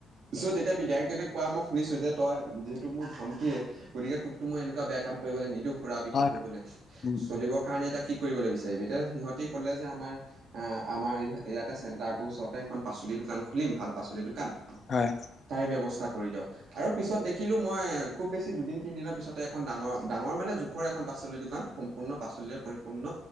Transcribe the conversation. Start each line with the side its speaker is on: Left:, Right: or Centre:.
Right: চ' তেতিয়া বিধায়কজনে কোৱা মই শুনিছোঁ যে তই যিহেতু মোৰ ভন্টিয়ে গতিকে তোকতো মই এনেকুৱা বেয়া কাম কৰিবলে নিদো। সুৰা বিক্ৰী
Left: হয়
Right: কৰিবলে
Left: উম উম,
Right: চলিব কাৰণে এতিয়া কি কৰিবলৈ বিচাৰিবি এতিয়া সিহঁতে কলে যে আমাৰ আ, আমাৰ ইয়াতে চেণ্টাৰটোৰ ওচৰতে এখন পাচলি দোকান খুলিম ভাল পাচলি দোকান
Left: হয়।
Right: তাৰে ব্যৱস্থা কৰি দিয়ক। আৰু পিছত দেখিলোঁ মই খুব বেছি দুদিন, তিনিদিনৰ পিছতে এখন ডাঙৰ- ডাঙৰ মানে যুখ খৰে এখন পাচলি দোকান সম্পূৰ্ণ। পাচলিৰে পৰিপূৰ্ণ